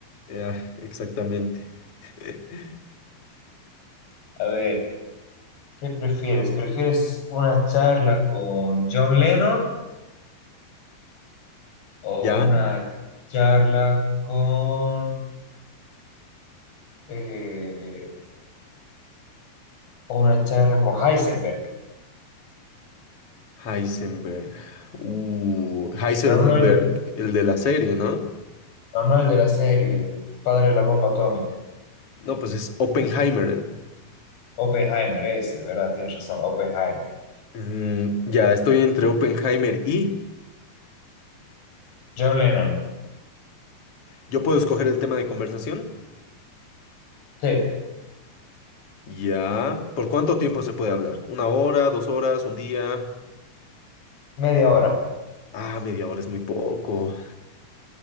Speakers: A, on the left; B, on the left.
A: ah, exactamente. <laughs>
B: A ver. ¿Qué prefieres? ¿Prefieres una charla con John Lennon o
A: ¿Ya?
B: una charla con eh, o una charla con Heisenberg?
A: Heisenberg. Uh, Heisenberg,
B: Pero no el de,
A: el de la serie, ¿no?
B: no, no el de la serie, el padre de la bomba atómica.
A: No, pues es Oppenheimer. él.
B: Oppenheimer, ese, ¿verdad? Tienes razón, Oppenheimer.
A: Mm, ya, estoy entre Oppenheimer y...
B: John Lennon.
A: ¿Yo puedo escoger el tema de conversación?
B: Sí,
A: Ya. ¿Por cuánto tiempo se puede hablar? ¿Una hora, dos horas, un día?
B: media hora.
A: Ah, media hora es muy poco.